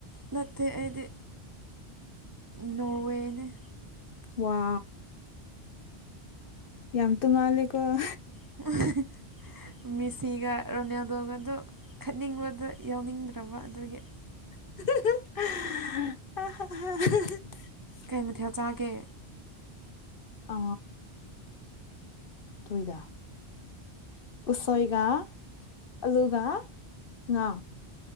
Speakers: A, on the right; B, on the left.
A: ꯅꯠꯇꯦ ꯑꯩꯗꯤ ꯅꯣꯔꯋꯦꯅ‌ꯦ
B: ꯋꯥ ꯌꯥꯝ ꯇꯨꯡꯉꯥꯜꯂꯤꯀ‌ꯣ
A: <unintelligible> ꯃꯤꯁꯤꯒ ꯔꯣꯅꯦꯜꯗꯣꯒꯗꯣ ꯈꯠꯅꯤꯡꯕꯗ ꯌꯥꯎꯅꯤꯡꯗ꯭ꯔꯕ ꯑꯗꯨꯒꯤ
B: <unintelligible>
A: ꯀꯩ ꯃꯊꯦꯜ ꯆꯥꯒꯦ
B: ꯑ ꯇꯣꯏꯗ ꯎꯁꯣꯏꯒ ꯑꯂꯨꯒ ꯉꯥ